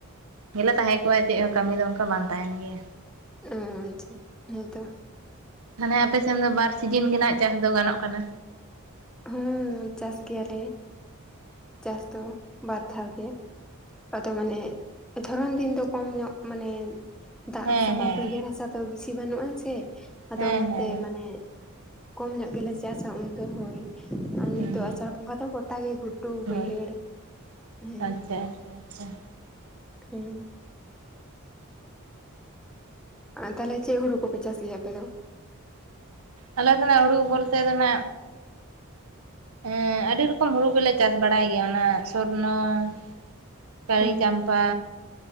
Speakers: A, on the right; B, in the centre.
A: ᱜᱮᱞᱮ ᱛᱟᱦᱮᱸ ᱠᱚᱣᱟ ᱪᱮᱫ ᱦᱚᱸ ᱠᱟᱹᱢᱤ ᱫᱚ ᱚᱝᱠᱟ ᱵᱟᱝ ᱛᱟᱦᱮᱸᱱ ᱜᱮᱭᱟ᱾
B: ᱩᱸ ᱟᱪᱪᱷᱟ ᱦᱮᱸᱛᱚ᱾
A: ᱢᱟᱱᱮ ᱟᱯᱮᱥᱮᱱ ᱫᱚ ᱵᱟᱨ ᱥᱤᱡᱤᱱ ᱜᱮ ᱱᱟᱦᱟᱸᱜ ᱪᱟᱥ ᱫᱚ ᱜᱟᱱᱚᱜ ᱠᱟᱱᱟ?
B: ᱦᱩᱸ ᱪᱟᱥ ᱜᱮᱭᱟ ᱞᱮ ᱪᱟᱥ ᱫᱚ ᱵᱟᱨ ᱫᱷᱟᱣ ᱜᱮ ᱾ ᱟᱫᱚ ᱢᱟᱱᱮ ᱫᱷᱚᱨᱚᱱ ᱫᱤᱱ ᱫᱚ ᱠᱚᱢ ᱧᱚᱜ, ᱢᱟᱱᱮ ᱫᱟᱜ
A: ᱦᱮᱸ
B: ᱦᱟᱥᱟ
A: ᱦᱮᱸ
B: ᱢᱟ ᱵᱟᱹᱭᱦᱟᱹᱲ ᱦᱟᱥᱟ ᱛᱚ ᱵᱤᱥᱤ ᱵᱟᱹᱱᱩᱜᱼᱟ ᱥᱮ ᱾ ᱟᱫᱚ
A: ᱦᱮᱸ
B: ᱚᱱᱟᱛᱮ
A: ᱦᱮᱸ ᱦᱮᱸ
B: ᱢᱟᱱᱮ ᱠᱚᱢ ᱧᱚᱜ ᱜᱮᱞᱮ ᱪᱟᱥᱟ ᱩᱱ ᱫᱚ ᱦᱳᱭ ᱾ ᱟᱨ ᱱᱤᱛᱚᱜ
A: ᱦᱩᱸ
B: ᱟᱸᱥᱟᱲ ᱵᱚᱸᱜᱟ ᱫᱚ ᱜᱚᱴᱟ ᱜᱮ ᱜᱷᱩᱴᱩ
A: ᱦᱩᱸ
B: ᱵᱟᱹᱭᱦᱟᱹᱲ
A: ᱦᱳᱭ
B: ᱦᱮᱸ
A: ᱟᱪᱪᱷᱟ
B: ᱾
A: ᱟᱪᱪᱷᱟ ᱟᱪᱪᱷᱟ
B: ᱦᱮᱸ ᱾ ᱟᱨ ᱛᱟᱦᱚᱞᱮ ᱪᱮᱫ ᱦᱩᱲᱩ ᱠᱚᱯᱮ ᱪᱟᱥ ᱜᱮᱭᱟ ᱟᱯᱮ ᱫᱚ?
A: ᱟᱞᱮ ᱫᱚ ᱱᱟᱸᱜ ᱦᱩᱲᱩ ᱵᱚᱞ ᱛᱮ ᱱᱟᱸᱜ ᱮᱸᱻ ᱟᱹᱰᱤ ᱨᱚᱠᱚᱢ ᱦᱩᱲᱩ ᱜᱮᱞᱮ ᱪᱟᱥ ᱵᱟᱲᱟᱭ ᱜᱮᱭᱟ᱾ ᱚᱱᱟ ᱥᱚᱨᱱᱚ <unintelligible>
B: ᱦᱮᱸ
A: ᱪᱟᱢᱯ ᱯᱟ